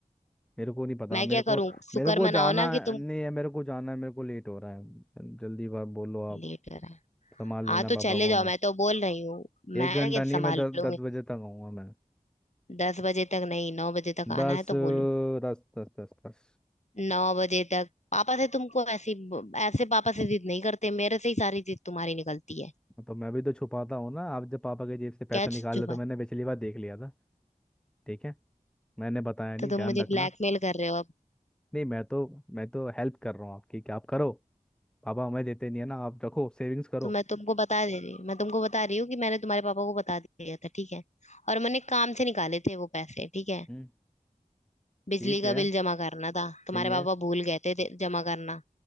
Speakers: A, in the centre; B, on the left.
A: मेरे को नहीं पता
B: मैं
A: मेरे
B: क्या
A: को
B: करूं शुक्र
A: मेरे को
B: मनाओ
A: जाना
B: ना कि तुम
A: नहीं है मेरे को जाना है मेरे को लेट हो रहा है जल्दी बात बोलो
B: लेट
A: आप
B: कर आए
A: संभाल
B: हाँ
A: लेना
B: तो
A: पापा
B: चले
A: को
B: जाओ
A: मैं
B: मैं तो बोल रही हूँ मैं
A: एक घंटा
B: क्या
A: नहीं
B: संभालूंगी
A: मैं दस दस बजे तक आऊंगा मैं
B: दस बजे तक नहीं नौ बजे तक
A: दस
B: आना है
A: अ,
B: तो बोलो
A: दस दस दस दस
B: नौ बजे तक पापा से तुमको ऐसी ऐसे पापा से जिद नहीं करते मेरे से ही सारी जिद तुम्हारी निकलती है
A: तो मैं भी तो छुपाता हूँ ना आप जब पापा के जेब से पैसा
B: क्या
A: निकाल
B: छुपा
A: ले तो मैंने पिछली बार देख लिया था ठीक है मैंने बताया नहीं
B: तो
A: ध्यान
B: तुम मुझे
A: रखना
B: ब्लैकमेल कर रहे हो अब
A: नहीं मैं तो मैं तो हेल्प कर रहा हूँ आपकी कि आप करो पापा हमें देते नहीं है ना आप रखो सेविंग्स करो
B: तो मैं तुमको बता दे रही हूँ मैं तुमको बता रही हूँ कि मैंने तुम्हारे पापा को बता दिया था ठीक है और मैंने काम से निकाले थे वो पैसे ठीक है
A: हम्म।
B: बिजली
A: ठीक है
B: का बिल जमा करना था तुम्हारे
A: ठीक है
B: पापा भूल गए थे दे- जमा करना